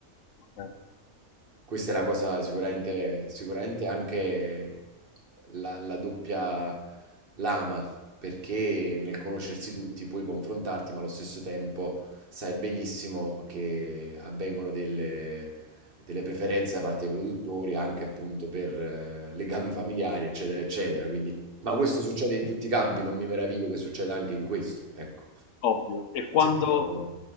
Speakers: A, on the left (about 75°); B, on the right (about 45°).
A: Ok.
B: Questa è la cosa sicuramente, sicuramente anche la, la doppia lama, perché nel conoscersi tutti puoi confrontarti, ma allo stesso tempo sai benissimo che avvengono delle, delle preferenze da parte dei produttori anche appunto per eh, legami familiari, eccetera, eccetera. Quindi, ma questo succede in tutti i campi, non mi meraviglio che succeda anche in questo, ecco.
A: Ovvio. E quando,
B: Se proprio la vogliamo.